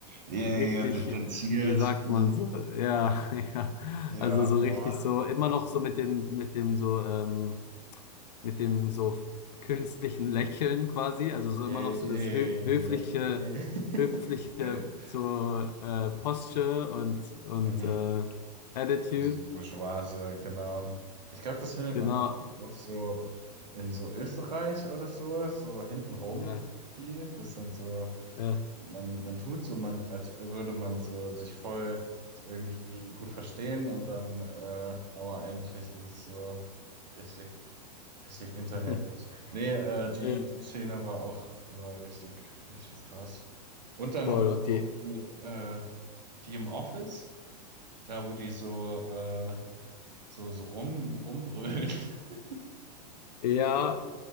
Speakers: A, on the right; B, on the left.
A: Yay,
B: richtig,
A: ja, distanziert.
B: wie sagt
A: Mhm.
B: man so, ja, <laughs> ja,
A: Ja,
B: also so
A: boah.
B: richtig so, immer noch so mit dem, mit dem so, ähm, mit dem so künstlichen Lächeln quasi, also so
A: Yay,
B: immer noch so
A: yay,
B: das hö höfliche,
A: yay. yay.
B: höfliche
A: <laughs>
B: so äh, Posture und, und
A: Mhm.
B: äh, Attitude,
A: Dieses Bourgeoise, genau. Ich glaube, das findet
B: genau,
A: man häufig auch so in so Österreich oder so, so hintenrum
B: ja,
A: viel. Das sind so,
B: ja.
A: man, man tut so, man, als würde man so sich voll irgendwie gut verstehen und dann, äh, aber eigentlich ist es so richtig, richtig hinterhältig.
B: <laughs>
A: Nee, äh, die,
B: Ja,
A: die Szene war auch, die war richtig, richtig krass. Und dann
B: cool,
A: noch
B: und
A: ah,
B: die,
A: die, äh, die im Office, da wo die so, äh, so, so rum, rumbrüllen. <laughs>
B: ja,